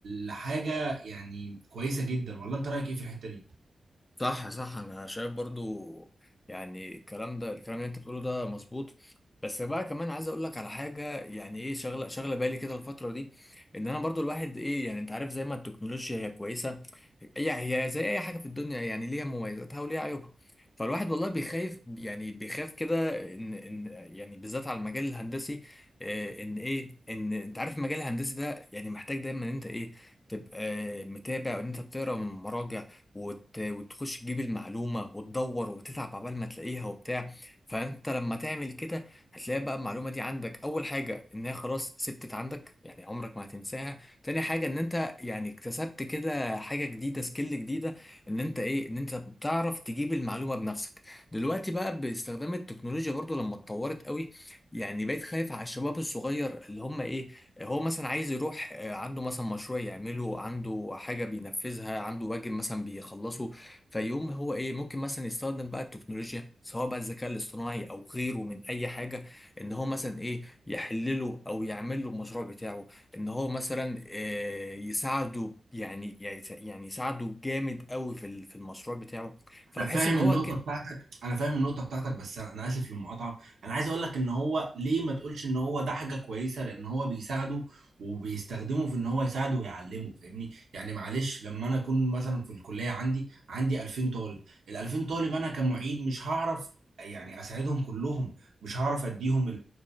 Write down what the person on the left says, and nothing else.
صح صح انا شايف برضو يعني الكلام ده الكلام اللي انت بتقوله ده مظبوط بس بقى كمان عايز اقول لك على حاجه يعني ايه شغله شغله بالي كده الفتره دي ان انا برضو الواحد ايه يعني انت عارف زي ما التكنولوجيا هي كويسه هي هي زي اي حاجه في الدنيا يعني ليها مميزاتها وليها عيوبها فالواحد والله بيخاف يعني بيخاف كده ان ان يعني بالذات على المجال الهندسي آه، ان ايه ان انت عارف المجال الهندسي ده يعني محتاج دايما ان انت ايه تبقى متابع وان انت بتقرا من مراجع وت... وتخش تجيب المعلومة وتدور وتتعب عبال ما تلاقيها وبتاع فأنت لما تعمل كده هتلاقي بقى المعلومة دي عندك أول حاجة إنها خلاص ثبتت عندك يعني عمرك ما هتنساها تاني حاجة إن أنت يعني اكتسبت كده حاجة جديدة سكيل جديدة إن أنت إيه إن أنت بتعرف تجيب المعلومة بنفسك دلوقتي بقى باستخدام التكنولوجيا برضو لما اتطورت قوي يعني بقيت خايف على الشباب الصغير اللي هم إيه هو مثلا عايز يروح آه، عنده مثلا مشروع يعمله عنده حاجة بينفذها عنده واجب مثلا بيخلصه فيقوم هو ايه ممكن مثلا يستخدم بقى التكنولوجيا سواء بقى الذكاء الاصطناعي او غيره من اي حاجة ان هو مثلا ايه يحلله او يعمل له المشروع بتاعه ان هو مثلا آه، يساعده يعني يعني يعني يساعده جامد قوي في ال- في المشروع بتاعه فبحس
ان
هو